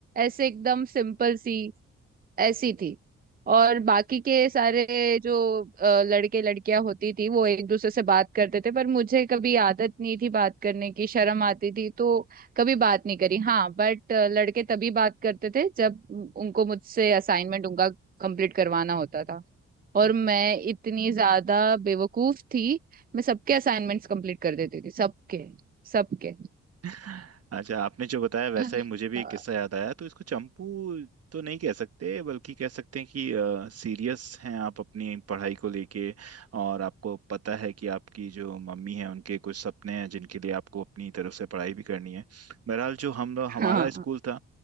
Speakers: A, on the right (about 30°); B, on the right (about 55°).
A: ऐसे एकदम सिंपल सी ऐसी थी और बाकी के सारे जो अ, लड़के लड़कियां होती थी वो एक दूसरे से बात करते थे पर मुझे कभी आदत नहीं थी बात करने की शर्म आती थी तो कभी बात नहीं करी हाँ बट लड़के तभी बात करते थे जब उनको मुझसे असाइनमेंट उनका कंप्लीट करवाना होता था और
B: <laughs>
A: मैं इतनी ज्यादा बेवकूफ थी मैं सबके असाइनमेंट्स कंप्लीट कर देती थी सबके सबके
B: अच्छा आपने जो बताया वैसा
A: <laughs>
B: ही मुझे भी एक किस्सा याद आया तो इसको चंपू तो नहीं कह सकते बल्कि कह सकते हैं कि सीरियस हैं आप अपनी पढ़ाई को लेके और आपको पता है कि आपकी जो मम्मी है उनके कुछ सपने हैं जिनके लिए आपको अपनी तरफ से पढ़ाई भी करनी है बहरहाल जो हम लोग हमारा
A: हाँ
B: स्कूल था